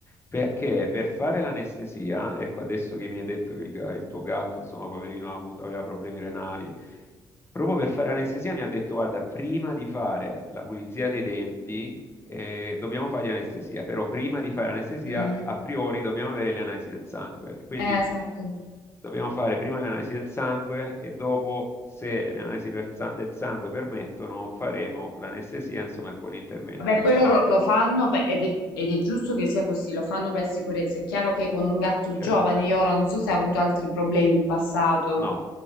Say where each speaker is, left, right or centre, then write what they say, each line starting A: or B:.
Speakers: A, on the left; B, on the left.
A: perché per fare l'anestesia, ecco, adesso che mi hai detto che il, ga- il tuo gatto, insomma, poverino, ha avuto- aveva problemi renali, proprio per fare l'anestesia mi ha detto, guarda, prima di fare la pulizia dei denti, eh, dobbiamo fargli anestesia, però prima di fare anestesia,
B: Mm,
A: a priori dobbiamo avere le analisi del sangue. E Quindi...
B: eh, esatto.
A: Dobbiamo fare prima le analisi del sangue e dopo, se le analisi per sa- del sangue permettono, faremo l'anestesia, insomma, e poi l'intervento
B: Vabbè,
A: di
B: poi
A: sorta.
B: loro lo fanno per- ed è, ed è giusto che sia così, lo fanno per sicurezza. È chiaro che con un gatto giovane,
A: Certo.
B: io ora non so se ha avuto altri problemi in passato,
A: No,